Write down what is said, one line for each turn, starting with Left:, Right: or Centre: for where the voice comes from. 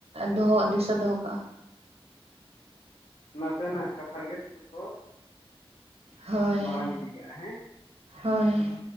Right: ᱫᱚᱦᱚ ᱫᱤᱥᱟᱹ ᱫᱚᱦᱚ ᱠᱟᱜᱼᱟ᱾
Left: ᱱᱟᱥᱮ ᱱᱟᱜ ᱠᱟᱛᱷᱟ ᱜᱮ ᱠᱚ
Right: ᱦᱳᱭ.
Left: ᱢᱟᱨᱟᱝ ᱤᱫᱤ ᱠᱟᱜᱼᱟ ᱦᱮᱸ
Right: ᱦᱳᱭ